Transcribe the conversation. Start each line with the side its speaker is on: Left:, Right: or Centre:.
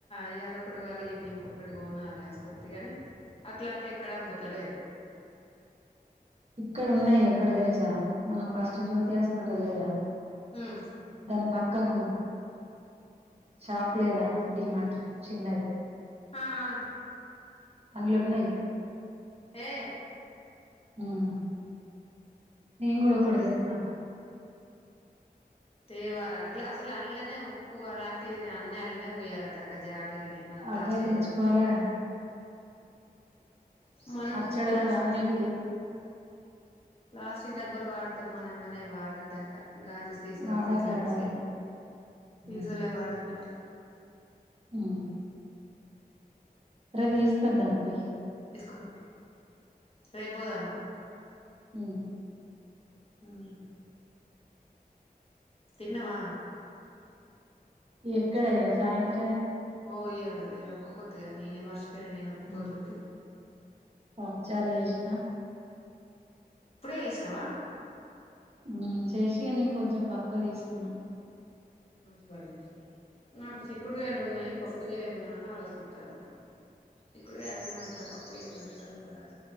Left: ఇగ అదొకటి పలిగింది ఇంకొకటి కొనాలి అసోంటిదిగని. అట్లాంటివి ఎక్కడా అమ్ముతలేరు.
Right: ఇక్కడ ఉన్నాయి ఎక్కడ తెలుసా. మనం ఫస్ట్
Left: ఉమ్
Right: జ్యోతి హాస్పిటల్ లేదా
Left: ఉమ్
Right: దాని పక్కకు. షాప్ లేదా డిమార్ట్ చిన్నది.
Left: ఆహ్ ఆహ్.
Right: ఆన్లున్నాయి.
Left: ఏయ్.
Right: ఉమ్ నేను
Left: ఆ
Right: కూడా ఒకటి దేత్త.
Left: తేవాలి అందల అసలు అల్లనే ఉప్పు అలాంటివి అన్ని అల్లనే పోయాలంట అక్క జాడిలు. మనం ప్లాస్టిక్
Right: అవే తెచ్చుకోవాలా
Left: డబ్బా. మనం
Right: పచ్చడకు
Left: ప్లాస్
Right: అన్నిటికీ.
Left: ప్లాస్టిక్ డబ్బులు వాడతాం మనంగానే అవి వాడోద్దట. గాజు సీసలు
Right: వాడొద్దట
Left: ఇట్లాంటి
Right: అవి
Left: సీసలే
Right: ఉమ్
Left: వాడలన్నట.
Right: ఉమ్ రేపు తీసుకోద్దాం పోయి.
Left: కో రేపు పోదామా.
Right: ఉమ్.
Left: ఉమ్. తిన్నవా.
Right: ఎక్కడ ఇగ సాయంత్రం.
Left: ఓ ఈయల ఇయలా ఒక్క పొద్దుగా నేనే మార్చి. పోయిన నేను ఒక్కపొద్దుండీ.
Right: ఉమ్ పప్పుచారు చేసిన
Left: ఇప్పుడే చేసినావా.
Right: ఉమ్ చేసి ఇగా నేను కొంచెం పక్క తీసుకున్నా.
Left: మంచి పని చేసినవు. నాకు చిక్కుడు కాయలు ఉన్నాయి పప్పు చేయన్నా అని ఆలోచిస్తున్నా. చిక్కుడుకాయ అండుమంటలా పప్పు చేయిమంటార చూడాలి